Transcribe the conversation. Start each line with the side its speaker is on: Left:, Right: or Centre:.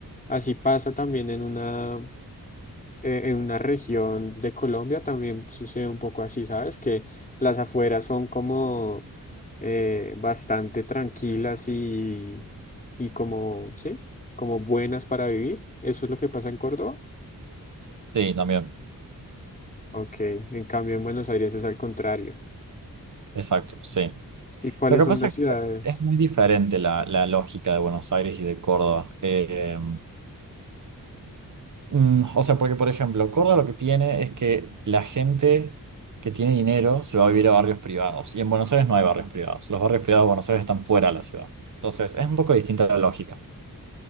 Left: así pasa también en una, eh, en una región de Colombia, también sucede un poco así, ¿sabes? Que las afueras son como eh, bastante tranquilas y, y como, ¿sí? Como buenas para vivir. ¿Eso es lo que pasa en Córdoba?
Right: sí, también,
Left: Ok, en cambio en Buenos Aires es al contrario.
Right: exacto, sí.
Left: ¿Y cuáles
Right: Lo que
Left: son
Right: pasa
Left: las
Right: es
Left: ciudades?
Right: que es muy diferente la, la lógica de Buenos Aires y de Córdoba. Eh, mm, o sea, porque por ejemplo, Córdoba lo que tiene es que la gente que tiene dinero se va a vivir a barrios privados y en Buenos Aires no hay barrios privados. Los barrios privados de Buenos Aires están fuera de la ciudad. Entonces, es un poco distinta la lógica.